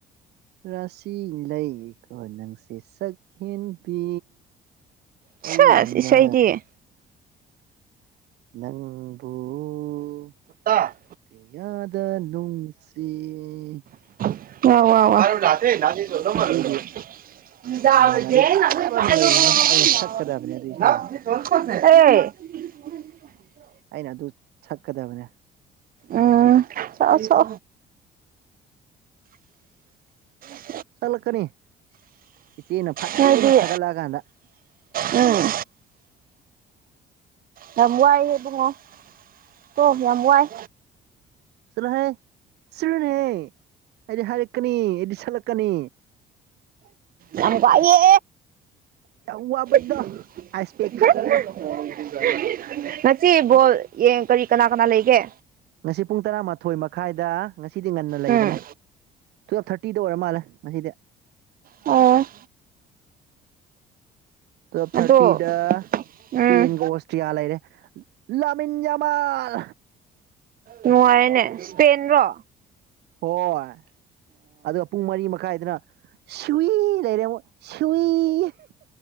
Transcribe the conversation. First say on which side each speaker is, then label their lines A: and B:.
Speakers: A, on the right; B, on the right.
A: ꯔꯥꯁꯤ ꯂꯩꯀꯣ ꯅꯪꯁꯤ ꯁꯛ ꯍꯦꯟꯕꯤ
B: ꯁꯦꯁ
A: ꯑꯩꯟꯅ
B: ꯏꯁꯩꯗꯤ
A: ꯅꯪꯕꯨꯨ
B: ꯍꯠꯇ
A: ꯀꯌꯥꯗꯅꯅꯨꯡꯁꯤꯦ
B: ꯑꯔꯅꯥꯊ ꯆꯗ
A: ꯏꯆꯦꯒꯤ
B: ꯃꯔꯔ
A: ꯃꯃꯥꯟꯅꯕꯤ ꯐꯖꯕ ꯑꯃ ꯂꯩꯈ꯭ꯔꯦ ꯑꯩꯅ
B: <unintelligible>
A: ꯁꯛꯀꯗꯕꯅꯦ ꯑꯗꯨ ꯏꯁꯩꯗꯣ
B: ꯑꯦ
A: ꯑꯩꯅ ꯑꯗꯨ ꯁꯛꯀꯗꯕꯅꯦ
B: ꯎꯝ ꯆꯥꯎ ꯆꯣ ꯍ
A: ꯆꯂ ꯀꯅꯤ ꯏꯆꯦꯅ ꯐꯖꯕꯤ
B: ꯅꯣꯏꯗꯤ
A: ꯑꯃ ꯊꯥꯒꯠꯂꯛꯑꯀꯥꯟꯗ
B: ꯎꯝ ꯌꯥꯝ ꯋꯥꯏꯕꯉꯣ ꯇ ꯌꯥꯝ ꯋꯥꯏ
A: ꯆꯠꯂꯣꯍ ꯁꯤꯔꯅꯦꯍꯦ ꯑꯩꯗꯤ ꯍꯥꯏꯔꯛꯀꯅꯤ ꯑꯩꯗꯤ ꯁꯠꯂꯛꯀꯅꯤ
B: ꯌꯥꯝ ꯀꯏꯦ
A: ꯌꯥꯝ ꯋꯥꯕꯗꯣ
B: <unintelligible>
A: ꯑꯥꯏꯁ ꯄꯦꯛ ꯊꯥꯖꯤꯜꯂꯣ
B: ꯉꯁꯤ ꯕꯣꯜ ꯌꯦꯡ ꯀꯔꯤ ꯀꯅꯥ ꯀꯅꯥ ꯂꯩꯒꯦ
A: ꯉꯁꯤ ꯄꯨꯡ ꯇꯔꯥꯃꯥꯊꯣꯏ ꯃꯈꯥꯏꯗ ꯉꯁꯤꯗꯤ ꯉꯟꯅ ꯂꯩꯕꯅꯦ
B: ꯎꯝ
A: ꯇꯨꯞ ꯊꯥꯔꯇ ꯇꯇꯤꯗ ꯑꯣꯏꯔ ꯃꯥꯜꯂꯦ ꯉꯁꯤꯗꯤ
B: ꯑꯣ
A: ꯇꯨ ꯊꯥꯔꯇꯤꯗ
B: ꯑꯗꯣ ꯎꯝ
A: ꯏꯁꯄꯦꯟꯒ ꯑꯣꯁꯇ꯭ꯔꯤꯌꯥ ꯂꯩꯔꯦ ꯄꯟꯖꯕꯥꯜ
B: ꯅꯨꯡꯉꯥꯏꯦꯅꯦ ꯏꯁꯄꯦꯟ ꯔꯣ
A: ꯍꯣꯏ ꯑꯗꯨꯒ ꯄꯨꯡ ꯃꯔꯤ ꯃꯈꯥꯏꯗꯅ ꯁꯨꯋꯤ ꯂꯩꯔꯦ ꯁꯨꯏ